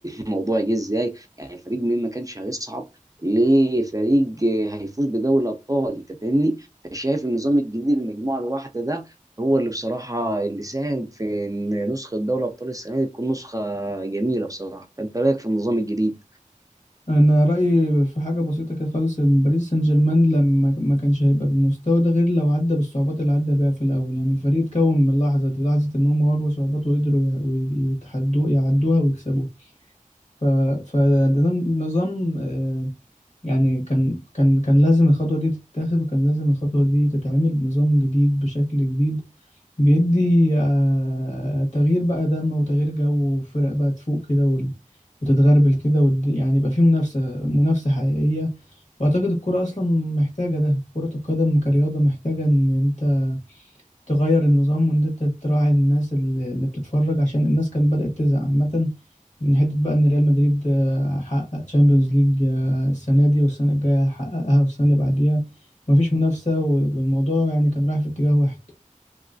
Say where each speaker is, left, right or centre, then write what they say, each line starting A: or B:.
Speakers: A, on the right (about 25°); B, on the left (about 60°).
A: الموضوع جه ازاي يعني فريق مين ما كانش هيصعد لفريق هيفوز بدوري الابطال انت فاهمني فشايف النظام الجديد المجموعه الواحده ده هو اللي بصراحة اللي ساهم في إن نسخة دوري أبطال السنة دي تكون نسخة جميلة بصراحة، أنت رأيك في النظام الجديد؟
B: انا رأيي في حاجة بسيطة كده خالص إن باريس سان جيرمان لما ما كانش هيبقى بالمستوى ده غير لو عدى بالصعوبات اللي عدى بيها في الاول يعني الفريق اتكون من اللحظة دي لحظة ان هم واجهوا صعوبات وقدروا يع- ويتحدوا يعدوها ويكسبوها ف... فده نظام آه، يعني كان كان كان لازم الخطوة دي تتاخد وكان لازم الخطوة دي تتعمل نظام جديد بشكل جديد بيدي آه، تغيير بقى دم وتغيير جو وفرق بقى تفوق كده وال... وتتغربل كده ود... يعني يبقى في منافسة منافسة حقيقية وأعتقد الكرة أصلا محتاجة ده كرة القدم كرياضة محتاجة إن أنت تغير النظام وإن أنت تراعي الناس اللي اللي بتتفرج عشان الناس كانت بدأت تزهق عامة من حتة بقى إن ريال مدريد آه، حقق تشامبيونز ليج السنة دي والسنة الجاية حققها والسنة اللي بعديها مفيش منافسة و- والموضوع يعني كان رايح في اتجاه واحد